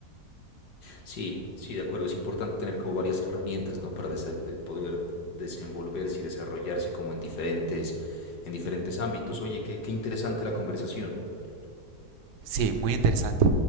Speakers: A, on the left (about 85°); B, on the right (about 80°).
A: Sí, sí, de acuerdo. Es importante tener como varias herramientas, ¿no? Para desa- de- poder desenvolverse y desarrollarse como en diferentes, en diferentes ámbitos. Oye, qué, qué interesante la conversación.
B: Sí, muy interesante.